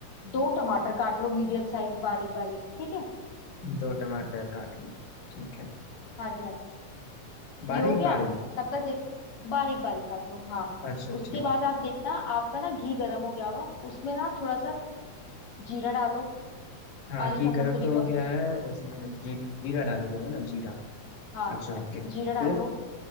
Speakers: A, on the left (about 50°); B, on the left (about 75°).
A: दो टमाटर काट लो मीडियम साइज बारीक बारीक ठीक है
B: दो टमाटर काट लो ठीक है
A: हाँ जी हाँ जी
B: बारीक
A: ये हो गया
B: बारीक
A: तब तक देख बारीक बारीक काटो हाँ
B: अच्छा
A: उसके
B: ठीक
A: बाद आप देखना आपका ना घी गर्म हो गया होगा उसमें ना थोड़ा सा जीरा डालो
B: हाँ
A: आधी
B: घी
A: चम्मच
B: गर्म
A: से
B: तो
A: भी
B: हो
A: कम
B: गया है इसमें जी जीरा डालने बोले ना जीरा
A: हाँ
B: अच्छा ओके
A: जीरा डालो
B: फिर